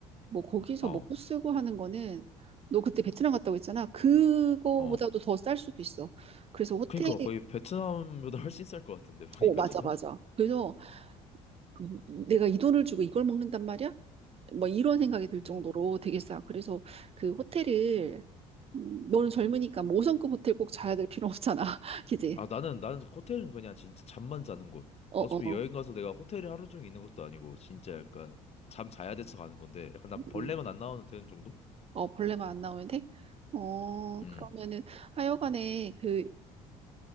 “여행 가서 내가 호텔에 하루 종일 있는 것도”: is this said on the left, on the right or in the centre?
Left